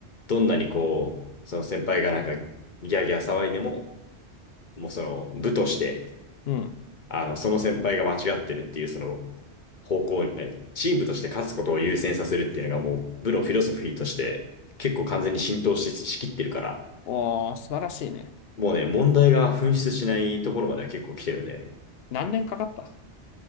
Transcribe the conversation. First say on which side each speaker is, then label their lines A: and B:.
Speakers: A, on the left; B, on the left.
A: どんなにこう、その先輩がなんかギャーギャー騒いでも、もうその部として、
B: うん。
A: あの、その先輩が間違ってるっていうその方向にね、チームとして勝つことを優先させるっていうのがもう部のフィロソフィーとして結構完全に浸透し、しきってるから、
B: おー、素晴らしいね。
A: もうね、問題が噴出しないところまでは結構来てるんだよね。
B: 何年かかった